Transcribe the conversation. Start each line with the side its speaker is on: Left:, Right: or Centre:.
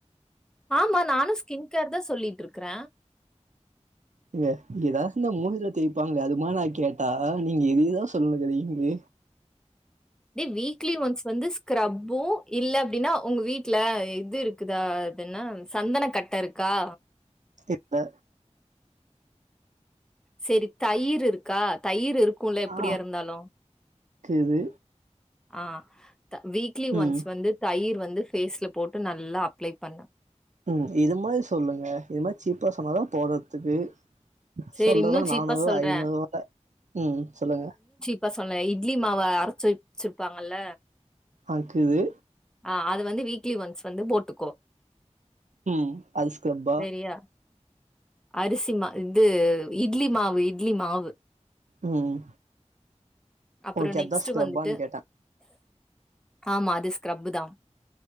Centre: ஆமா நானும் ஸ்கின் கேர் தான் சொல்லிட்டு இருக்கற
Right: இங்க ஏதாச்சுனா இந்த மூஞ்சில தேய்பாங்கல்ல அது மாரி நா கேட்டா நீங்க என்னனமோ சொல்லுறீங்க இது
Centre: வீக்லி ஒன்ஸ் வந்து ஸ்க்ரப்பும் இல்ல அப்டின்னா உங்க வீட்ல இது இருக்குதா அதென்ன சந்தன கட்டை இருக்கா
Right: இப்ப
Centre: சரி தயிர் இருக்கா தயிர் இருக் குல எப்படியா
Right: ஆ
Centre: இருந்தாலு
Right: இது
Centre: ஆ த வீக்லி
Right: ம்
Centre: ஒன்ஸ் வந்து தயிர் வந்து ஃபேஸ்ல போட்டு நல்லா அப்ளை பண்ணு
Right: ம் இது மாரி சொல்லுங்க இது மாரி சீப்பாக சொன்னாதா போடறதுக்கு
Centre: சரி
Right: சொல்றத
Centre: இன்னும் சீப்பா
Right: நானூறு
Centre: சொல்றேன்.
Right: ஐநூறு ரூவால ம் சொல்லுங்க
Centre: இப்ப சொன்ன இட்லி மாவை அரைச்சு வச் வச்சிருப்பாங்கல்ல
Right: ஆ கீது
Centre: ஆ அது வந்து வீக்லி ஒன்ஸ் வந்து போட்டுக்கோ
Right: ம் அது ஷ்கிரப்
Centre: சரியா அரிசி மா இது இட்லி மாவு இட்லி மாவு
Right: ம்
Centre: அப்புறம்
Right: ஓகே
Centre: நெக்ஸ்ட்
Right: அதா ஸ்கிரப்பானு
Centre: வந்துட்டு
Right: கேட்டே
Centre: ஆமா அது ஸ்கரப்பு தா